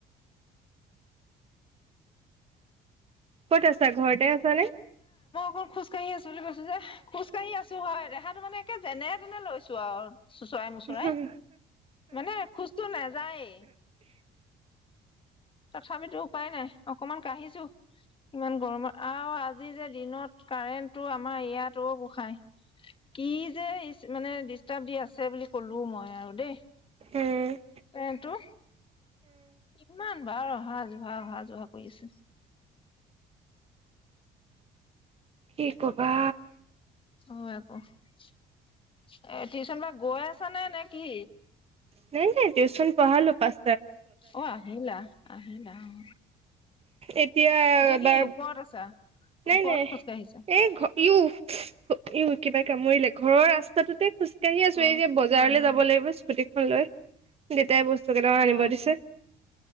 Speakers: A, on the right; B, on the left.
A: ক'ত আছা, ঘৰতে আছা নে?
B: ক'ত খোজকাঢ়ি আছ। বুলি কৈছো যে, খোজ কাঢ়ি আছো হয়। দেহাটো মানে একে যেনে তেনে লৈছো আও চোচৰাই-মোচৰাই,
A: উম
B: মানে খোজটো নেযায়েই। তথাপিতো উপায় নাই, অকমান কাঢ়িছো, ইমান গৰমত আৰু আজি যে দিনত কাৰেণ্টটো, আমাৰ ইয়াত। অ' গোসাই, কি যে ইচ্ মানে ডিষ্টাৰ্ব দি আছে বুলি ক'লো মই আৰু দেই।
A: উম।
B: পেণ্টটো ইমান বাৰ অহা-যোহা, অহা-যোহা কৰি আছোঁ।
A: কি ক'বা।
B: হয় আকৌ, এত টিউচন পৰা গৈ আছা নে, নে কি?
A: নাই নাই, টিউচন পঢ়ালো পাঁচ
B: অ' আহিলা-আহিলা অ'।
A: এতিয়া এবাৰ
B: কি ওপৰত আছা
A: নাই
B: ওপৰত
A: নাই,
B: খোজকাঢ়িছা?
A: এই ঘ ইউ, ইউ কিবাই কামুৰিলে। ঘৰৰ ৰাস্তাটোতেই খোজকাঢ়ি আছো,
B: অ
A: এই যে বজাৰলৈ যাব লাগিব স্ক স্কুটিখন লৈ, দেতাই বস্তু স্তু কেইটামান
B: অ
A: আনিব দিছে।